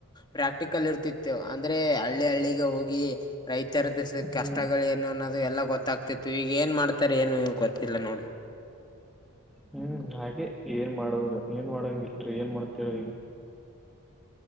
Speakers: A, on the left (about 20°); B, in the centre.
A: ಪ್ರಾಕ್ಟಿಕಲ್ ಇರ್ತಿತ್ತು ಅಂದ್ರೆ ಹಳ್ಳಿ ಹಳ್ಳಿಗೆ ಹೋಗಿ ರೈತ. ಎತ್ತರದ
B: ಹ್ಮ್
A: ಕಷ್ಟಗಳೇನು ಅನ್ನೋದು ಎಲ್ಲ ಗೊತ್ತಾಗ್ತಿತ್ತು ಈಗ ಏನ್ ಮಾಡ್ತಾರೆ ಏನು ಗೊತ್ತಿಲ್ಲ ನೋಡಿ.
B: ಹ್ಮ್ ಹಾಗೆ ಏನ್ ಮಾಡದ ಏನ್ ಮಾಡಂಗ ಇಲ್ರಿ ಏನ್ ಮಾಡ್ತೇಳ್ ಈಗ.